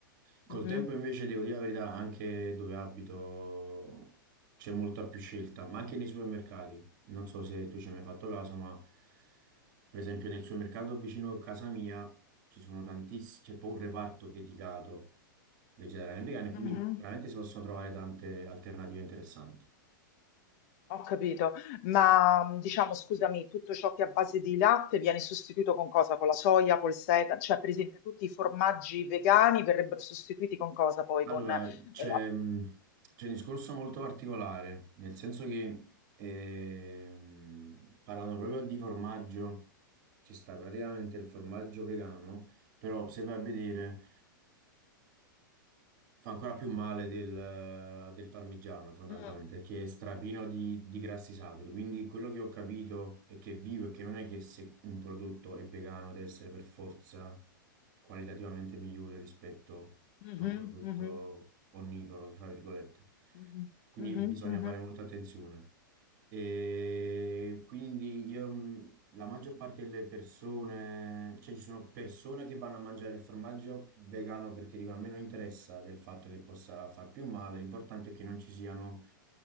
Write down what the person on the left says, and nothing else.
mhm,
mhm.
Ho capito, ma mh, diciamo, scusami, tutto ciò che è a base di latte viene sostituito con cosa? Con la soia, col seta? Cioè, per esempio, tutti i formaggi vegani verrebbero sostituiti con cosa poi? Con...
eh,
a-
Mm,
mhm,
mhm,
mhm,
mhm,
mhm.